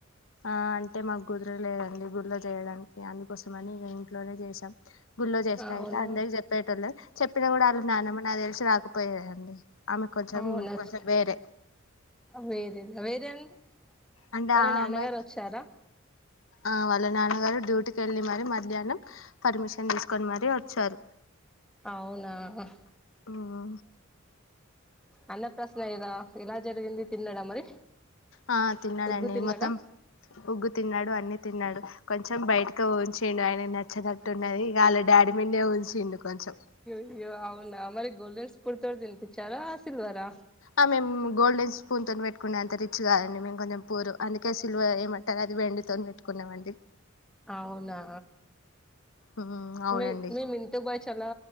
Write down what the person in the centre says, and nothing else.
అవునా
అవునచ్
వేరేది వేరే అంటే
వాళ్ళ
నాన్నగారు వచ్చారా
అవునా
అన్న ప్రాసన గదా ఎలా జరిగింది తిన్నడా మరి
ఒగ్గు తిన్నాడా
అయ్యో అవునా మరి గోల్డెన్ స్పూన్ తోటి తినిపించారా సిల్వరా
అవునా
మే మేము ఇంటు బ్యాచ్ చాలా